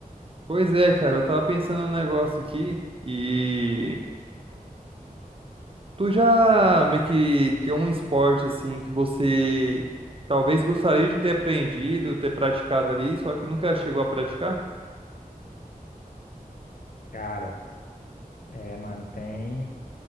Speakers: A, on the right; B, on the left.
A: Pois é, cara, eu tava pensando num negócio aqui e tu já meio que tem um esporte assim que você talvez gostaria de ter aprendido, ter praticado ali, só que nunca chegou a praticar?
B: Cara, é, mano, tem.